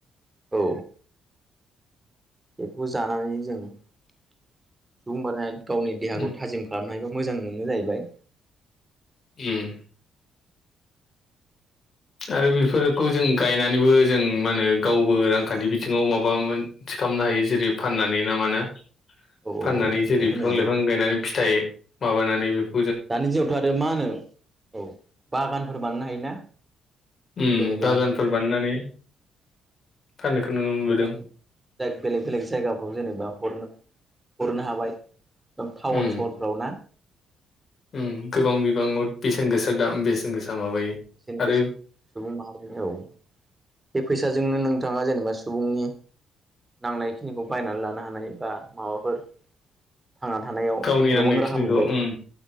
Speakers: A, on the right (about 15°); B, on the left (about 45°).
A: औ। बेफोरखौ जानानै जों <unintelligible> गावनि देहाखौ
B: उम
A: थाजिम खालामनो हायोबा मोजां मोनो जाहैबाय।
B: उम। आरो बेफोरखौ जों गायनानैबो जों मा होनो गावबो रांखान्थि बिथिङाव माबामोन खालामनो हायो जेरै फाननानै ना माना
A: औ
B: फाननानै
A: औ
B: जेरै
A: बेथ'
B: बिफां
A: नंगौ
B: लाइफां गायनानै फिथाइ माबानानै बिब
A: दानि जिउआवथ' आरो मा होनो औ बागानफोर बानायनो हायोना?
B: उम
A: जेनेबा
B: बागानफोर बानायनानै फाननायखौ नुनो मोनबोदों
A: गोबां बेलेग बेलेग जायगाफ्राव जेनेबा हरनो हरनो हाबाय। टाउन
B: उम
A: सहरफ्राव ना?
B: उम गोबां बिबाङाव बेसेन गोसा दाम बेसेन गोसा। माबायो
A: एसेनो
B: आरो
A: गोसै सुबुं माहारिनियाव। बे फैसाजोंनो नोंथाङा जेनेबा सुबुंनि नांनाय खिनिखौ बायनानै लानो हानाय बा माबाफोर थांना थानायाव
B: गावनि नांनायखिनिखौ
A: गोबां राहा मोनबाय
B: उम